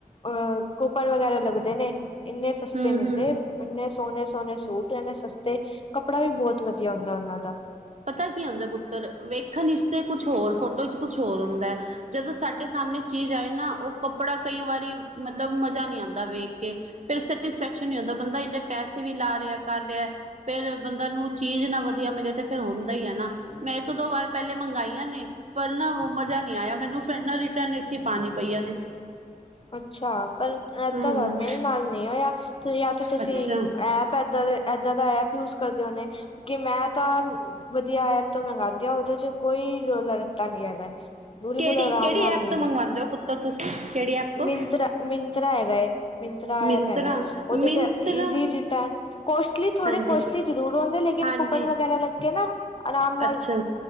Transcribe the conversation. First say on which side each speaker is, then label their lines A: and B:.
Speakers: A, on the left (about 40°); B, on the right (about 55°).
A: ਅ ਕੂਪਨ ਵਗੈਰਾ ਲੱਗਦੇ ਨੇਂ, ਇੰਨੇ ਸਸਤੇ
B: ਹੂੰ-ਹੂੰ
A: ਮਿਲਦੇ। ਇੰਨੇ ਸੋਣੇ-ਸੋਣੇ ਸੂਟ ਇਨੇਂ ਸਸਤੇ, ਕੱਪੜਾ ਵੀ ਬੋਤ ਵਧੀਆ ਹੁੰਦਾ ਓਨਾਂ ਦਾ।
B: ਪਤਾ ਕੀ ਹੁੰਦਾ ਪੁੱਤਰ, ਵੇਖਣ ਇੱਚ ਤੇ ਕੁਛ ਹੋਰ, ਫੋਟੋ ਇੱਚ ਕੁਛ ਹੋਰ ਹੁੰਦਾ। ਜਦੋਂ ਸਾਡੇ ਸਾਹਮਣੇ ਚੀਜ਼ ਆਏ ਨਾ ਉਹ ਕੱਪੜਾ ਕਈ ਵਾਰੀ ਮਤਲਬ ਮਜ਼ਾ ਨਹੀਂ ਆਂਦਾ ਵੇਖ ਕੇ। ਫਿਰ ਸੈਟਿਸਫੈਕਸ਼ਨ ਨੀ ਹੁੰਂਦਾ, ਬੰਦਾ ਇੰਨੇ ਪੈਸੇ ਵੀ ਲਾ ਰਿਹਾ, ਕਰ ਰਿਹਾ, ਫਿਰ ਬੰਦਾ ਨੂੰ ਚੀਜ਼ ਨਾ ਵਧੀਆ ਮਿਲੇ ਤੇ ਫਿਰ ਹੁੰਦਾ ਈ ਏ ਨਾ, ਮੈਂ ਇੱਕ -ਦੋ ਵਾਰ ਪਹਿਲੇ ਮੰਗਾਈਆਂ ਨੇ ਪਰ ਨਾ ਉਹ ਮਜ਼ਾ ਨਹੀਂ ਆਇਆ ਮੈਨੂੰ ਫਿਰ ਨਾ ਰਿਟਰਨ ਵਿੱਚ ਹੀ ਪਾਣੀ ਪਈਆਂ ਨੇ।
A: ਅੱਛਾ! ਪਰ ਏਦਾਂ
B: ਹੂੰ
A: ਦਾ ਮੇਰੇ ਨਾਲ ਨਹੀਂ ਹੋਇਆ ਜਾਂ ਤਾਂ ਤੁਸੀਂ
B: ਅੱਛਾ
A: ਐਪ ਏਦਾਂ ਦੇ ਏਦਾਂ ਦਾ ਐਪ ਯੂਜ ਕਰਦੇ ਹੁਣੇ, ਕਿ ਮੈਂ ਤਾਂ ਵਧੀਆ ਐਪ ਤੋਂ ਮੰਗਾਂਦੀ ਆ, ਉਹਦੇ ਚ ਕੋਈ ਰੋਲਾ ਰੱਟਾ ਨੀ ਹੈਗਾ। ਬਿਲਕੁਲ
B: ਕਿਹੜੀ-ਕਿਹੜੀ
A: ਆਰਾਮ ਨਾਲ
B: ਐਪ
A: ਮਿਲਦੇ।
B: ਤੋਂ ਮੰਗਵਾਉਂਦੇ ਹੋ ਪੁੱਤਰ ਤੁਸੀਂ ਕਿਹੜੀ ਐਪ ਤੋਂ
A: ਮਿੰਤਰਾ- ਮਿੰਤਰਾ ਹੈਗਾ ਏ, ਮਿੰਤਰਾ
B: Myntra Myntra
A: ਐਪ ਹੈਗਾ ਏ, ਉਹਦੇ ਤੇ easy return, costly ਥੋੜੇ
B: ਹਾਂਜੀ
A: ਕੋਸਟਲੀ ਜ਼ਰੂਰ ਹੁੰਦੇ, ਲੇਕਿਨ
B: ਹਾਂਜੀ
A: ਕੁੂਪਨ ਵਗੈਰਾ ਲੱਗ ਕੇ ਨਾ ਆਰਾਮ ਨਾਲ
B: ਅੱਛਾ